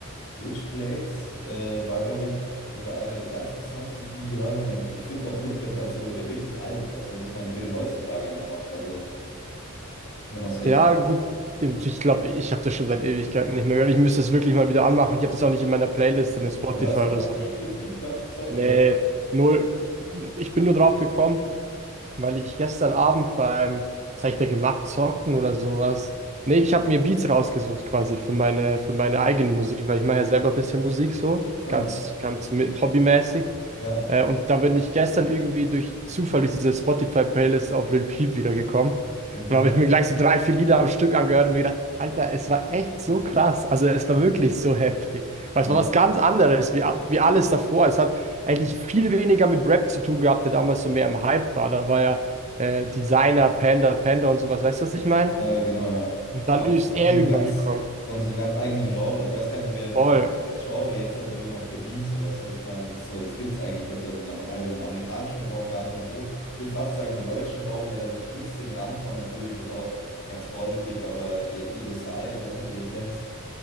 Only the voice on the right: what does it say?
Ja,
gut. Ich glaube, ich habe das schon seit Ewigkeiten nicht mehr gehört. Ich müsste es wirklich mal wieder anmachen. Ich habe das auch nicht in meiner Playlist in Spotify
oder
so.
Nee,
null. Ich bin nur drauf gekommen. weil ich gestern Abend beim, was hab ich da gemacht, zocken oder sowas. Nee, ich habe mir Beats rausgesucht quasi für meine, für meine eigene Musik, weil ich mache ja selber ein bisschen Musik so,
ganz,
ganz mit, hobbymäßig.
Äh, und da bin ich gestern irgendwie durch Zufall durch diese Spotify-Playlist auf Lil Peep wiedergekommen. Und
da habe ich mir gleich so drei, vier Lieder am Stück angehört und mir gedacht, Alter, es war echt so krass. Also es war wirklich so heftig. Weil
es war was ganz anderes, wie, a- wie alles davor. Es hat eigentlich viel weniger mit Rap zu tun gehabt, der damals so mehr im Hype war. Da war ja äh, Designer, Panda, Panda und sowas. Weißt du, was ich meine?
Und dann
ist
er
irgendwann
gekommen.
Voll.